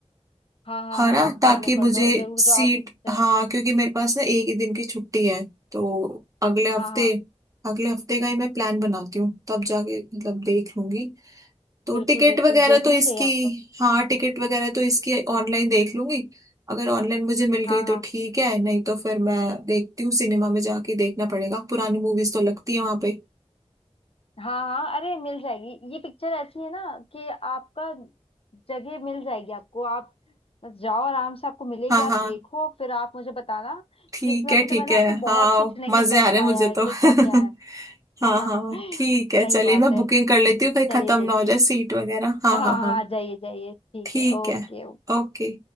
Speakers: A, on the left; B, on the right.
A: हाँ हाँ
B: हरा
A: हाँ आप
B: ताकि
A: कर लो
B: मुझे
A: कर लो जरूर
B: सीट
A: जाओ आप ये पिक्चर
B: हाँ क्योंकि मेरे पास ना एक ही दिन की छुट्टी है तो अगले हफ्ते
A: हाँ हाँ
B: अगले हफ्ते का ही मैं प्लान बनाती हूँ तब जाके मतलब देख लूंगी तो
A: बिल्कुल
B: टिकट
A: बिल्कुल
B: वगैरह
A: देखनी
B: तो इसकी
A: चाहिए आपको
B: हाँ टिकट वगैरह तो इसकी ऑनलाइन देख लूंगी अगर ऑनलाइन मुझे मिल
A: हाँ
B: गई तो
A: हाँ
B: ठीक है नहीं तो फिर मैं देखती हूँ सिनेमा में जाके देखना पड़ेगा पुरानी मूवीज तो लगती है वहां पे
A: हाँ हाँ अरे मिल जाएगी ये पिक्चर ऐसी है ना कि आपका जगह मिल जाएगी आपको आप बस जाओ आराम से आपको मिलेगी
B: हाँ
A: आप
B: हाँ
A: देखो फिर आप मुझे बताना
B: ठीक
A: कि इसमें
B: है
A: अभी तो
B: ठीक
A: मैंने
B: है
A: आपको बहुत
B: हाँ
A: कुछ नहीं
B: मजे
A: दर्शाया
B: आ रहे हैं मुझे
A: है कि
B: तो <laughs>
A: क्या क्या है हाँ
B: हाँ
A: हाँ
B: हाँ
A: हाँ
B: हाँ,
A: सही
B: ठीक है चलिए
A: बात
B: मैं
A: है
B: बुकिंग कर लेती हूँ
A: चलिए
B: कहीं खत्म
A: देखिए
B: ना हो जाए सीट वगैरह हाँ
A: हाँ हाँ
B: हाँ हाँ
A: हाँ, जाइए जाइए ठीक
B: ठीक
A: है ओके
B: है
A: ओके
B: ओके